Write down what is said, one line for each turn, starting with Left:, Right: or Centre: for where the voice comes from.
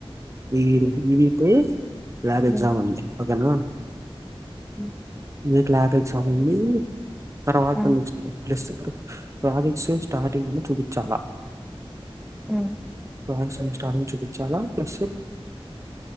Right: మీరు ఈ వీకు ల్యాబ్
Centre: ఉమ్
Right: ఎగ్జామ్ ఉంది ఓకే నా
Centre: ఉమ్
Right: మీకు ల్యాబ్ ఎగ్జామ్ ఉంది తర్వాత
Centre: ఆ
Right: నెక్స్ట్ ప్లస్ ప్రాజెక్ట్స్ స్టార్టింగ్ అని చూపించాలా
Centre: ఉమ్
Right: రాయింగ్స్ అనే స్టార్టింగ్ చూపించాలా ప్లస్